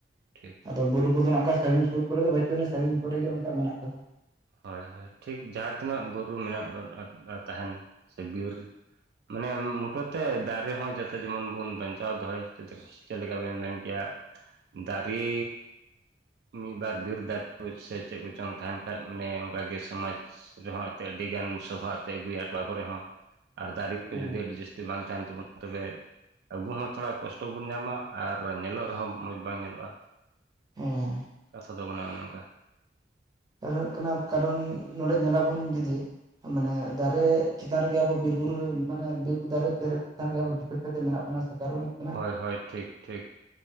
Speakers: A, on the right; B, on the right.
A: ᱴᱷᱤᱠ
B: ᱟᱫᱚ
A: ᱴᱷᱤᱠ
B: ᱵᱩᱨᱩ ᱠᱚᱫᱚ ᱱᱟᱜ ᱚᱱᱠᱟ ᱥᱟᱺᱜᱤᱧ ᱥᱩᱨ ᱠᱚᱨᱮ ᱫᱚ ᱵᱟᱹᱪᱩᱜ ᱟᱹᱱᱤᱡ, ᱥᱟᱺᱜᱤᱧ ᱠᱚᱨᱮ ᱜᱮ ᱚᱱᱠᱟ ᱢᱮᱱᱟᱜ ᱠᱟᱫᱟ᱾
A: ᱦᱳᱭ ᱦᱳᱭ, ᱴᱷᱤᱠ ᱡᱟᱦᱟᱸ ᱛᱤᱱᱟᱹᱜ ᱵᱩᱨᱩ ᱢᱮᱱᱟᱜ <unintelligible> ᱛᱟᱦᱮᱱ ᱥᱮ ᱵᱤᱨ ᱢᱟᱱᱮ ᱢᱩᱴᱟᱹ ᱛᱮ ᱫᱟᱨᱮ ᱦᱚᱸ ᱡᱟᱛᱮ ᱡᱮᱢᱚᱱ ᱵᱚᱱ ᱵᱟᱧᱪᱟᱣ ᱫᱚᱦᱚᱭ ᱾ ᱡᱟᱛᱮ ᱪᱮᱫ ᱞᱮᱠᱟ ᱵᱮᱱ ᱢᱮᱱ ᱠᱮᱭᱟ ᱫᱟᱨᱮ ᱢᱤᱫ ᱵᱟᱨ ᱵᱤᱨ ᱫᱟᱨᱮ ᱠᱚᱡ ᱥᱮ ᱪᱮᱫ ᱠᱚᱪᱚᱝ ᱛᱟᱦᱮᱱ ᱠᱷᱟᱡ, ᱢᱟᱱᱮ ᱚᱱᱠᱟ ᱜᱮ ᱥᱚᱢᱟᱡᱽ ᱨᱮᱦᱚᱸ ᱮᱱᱛᱮᱫ ᱟᱹᱰᱤᱜᱟᱱ ᱥᱚᱵᱷᱟᱜ ᱛᱮ ᱟᱹᱜᱩᱭᱟ, ᱟᱠᱷᱲᱟ ᱠᱚᱨᱮ ᱦᱚᱸ ᱟᱨ ᱫᱟᱨᱮ ᱟᱹᱰᱤ
B: ᱚ
A: ᱡᱩᱫᱤ ᱟᱹᱰᱤ ᱡᱟᱹᱥᱛᱤ ᱵᱟᱝ ᱛᱟᱦᱮᱱ ᱛᱟᱵᱚᱱᱟ, ᱛᱚᱵᱮ ᱟᱵᱚ ᱦᱚᱸ ᱛᱷᱚᱲᱟ ᱠᱚᱥᱴᱚ ᱵᱚᱱ ᱧᱟᱢᱟ ᱟᱨ ᱧᱮᱞᱚᱜ ᱨᱮᱦᱚᱸ ᱢᱚᱸᱡᱽ ᱵᱟᱝ ᱧᱮᱞᱚᱜᱼᱟ ᱾
B: ᱦᱮᱸ ᱾
A: ᱠᱟᱛᱷᱟ ᱫᱚ ᱠᱟᱱᱟ ᱚᱱᱮ ᱚᱱᱠᱟ ᱾
B: ᱟᱨ ᱦᱩᱭᱩᱜ ᱠᱟᱱᱟ ᱠᱟᱨᱚᱱ ᱱᱚᱰᱮ ᱧᱮᱞ ᱟᱵᱚᱱ, ᱡᱩᱫᱤ ᱢᱟᱱᱮ ᱫᱟᱨᱮ ᱪᱮᱛᱟᱱ ᱨᱮᱜᱮ ᱟᱵᱚ ᱵᱤᱨ ᱵᱩᱨᱩ ᱢᱟᱱᱮ ᱵᱤᱨᱩ ᱫᱟᱨᱮ ᱪᱮᱛᱟᱱ ᱨᱮ ᱟᱵᱚ ᱵᱮᱥ ᱠᱟᱛᱮ ᱢᱮᱱᱟᱜ ᱵᱚᱱᱟ ᱥᱮ ᱠᱟᱨᱚᱱ ᱦᱩᱭᱩᱜ ᱠᱟᱱᱟ,
A: ᱦᱳᱭ ᱦᱳᱭ ᱴᱷᱤᱠ ᱴᱷᱤᱠ